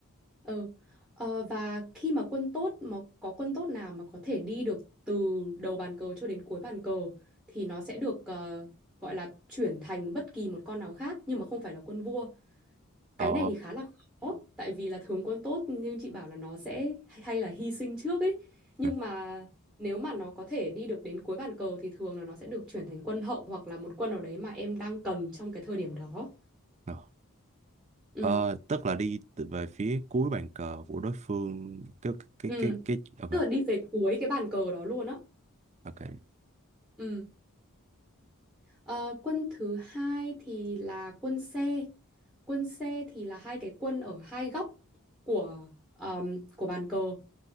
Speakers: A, in the centre; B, on the right.
A: Ừ. Ờ, và khi mà quân tốt mà có quân tốt nào mà có thể đi được từ đầu bàn cờ cho đến cuối bàn cờ thì nó sẽ được ờ, gọi là chuyển thành bất kỳ một con nào khác nhưng mà không phải là quân vua.
B: Ờ.
A: Cái này thì khá là khó tại vì là thường quân tốt nhưng chị bảo là nó sẽ hay là hy sinh trước ấy. Nhưng
B: ừ,
A: mà nếu mà nó có thể đi được đến cuối bàn cờ thì thường là nó sẽ được chuyển thành quân hậu hoặc là một quân nào đấy mà em đang cần trong cái thời điểm đó.
B: ờ.
A: Ừ.
B: Ờ, tức là đi từ về phía cuối bàn cờ của đối phương cái cái
A: Ừ.
B: cái cái ok
A: Tức là đi về cuối cái bàn cờ đó luôn á.
B: ok
A: Ừ. Ờ, quân thứ hai thì là quân xe. Quân xe thì là hai cái quân ở hai góc của ờm, của bàn cờ.